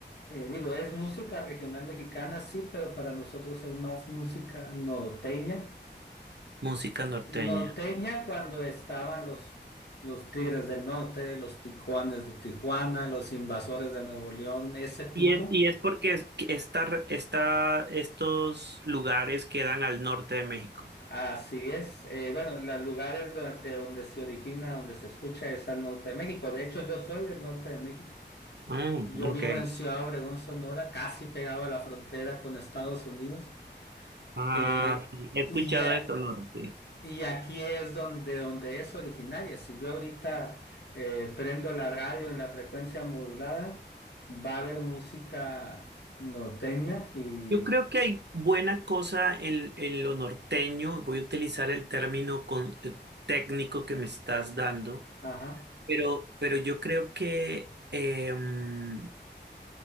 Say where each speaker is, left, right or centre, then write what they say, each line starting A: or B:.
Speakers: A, on the left; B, on the right.
A: eh, digo, es música regional mexicana, sí, pero para nosotros es más música norteña.
B: música norteña.
A: Norteña cuando estaban los, los Tigres del Norte, los Tijuanes de Tijuana, los Invasores de Nuevo León, ese tipo.
B: Y es, y es porque es- que esta- esta- estos lugares quedan al norte de México.
A: Así es. Eh, bueno, los lugares do- de donde se origina, donde se escucha es al norte de México. De hecho, yo soy del norte de México.
B: Mm,
A: Yo
B: ok.
A: vivo en Ciudad Obregón, Sonora, casi pegado a la frontera con Estados Unidos.
B: Ah,
A: Eh,
B: sí, he escuchado
A: y, a-
B: de Sonora, sí.
A: y aquí es donde, donde es originaria. Si yo ahorita eh, prendo la radio en la frecuencia modulada, va a haber música norteña y...
B: Yo creo que hay buena cosa en, en lo norteño. Voy a utilizar el término con- eh, técnico que me estás dando,
A: Ajá.
B: pero, pero yo creo que em,